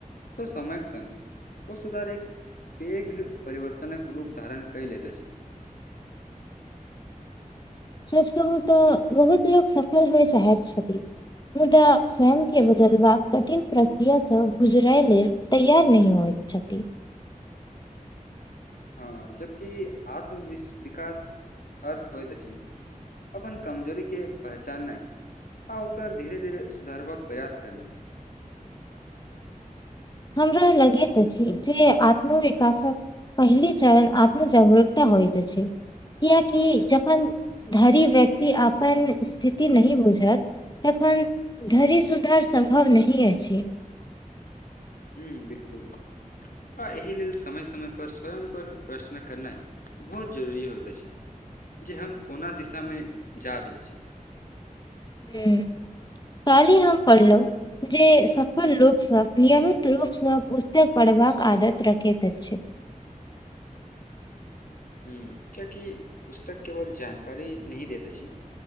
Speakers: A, on the left; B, on the left.
A: तऽ समय कऽ संग ओ सुधार एक पैघ परिवर्तनक रूप धारण किया लैत अछि।
B: सच कहूँ तऽ बहुत लोको सफल होए चाहैत छथिन। मुदा स्वयं के बदलबाक कठिन प्रक्रियासँ गुजरय लेल तैयार नहि होइ छथिन
A: हँ जबकि आत्म विकास आर्थ होयइत छै अपन कमजोरी के पहचानाइ। आ ओकर धीरे धीरे सुधारबा कऽ प्रयास करनाइ।
B: हमरा लगैत अछि जे आत्मविकास कऽ पहिल चरण आत्म जागृकता होइत अछि। कियाकि जखन धरी व्यक्ति अपन स्थिति नहिह बुझत तखन धरि सुधार सम्भव नहि अछि
A: ह बिल्कूल आ एहि लेल समय समय पर स्वयं पर प्रश्न करनाय बहुत जरुरी होइत छै जे हम कोना दिशा मे जा रहल छी।
B: ह काल्हि हम पढ़लौ जे सफल लोक सभ नियमित रूपसँ पुस्तक पढ़बाक आदत रखैत अछि।
A: कियाकि पुस्तक केवल जानकारी नही देत अछि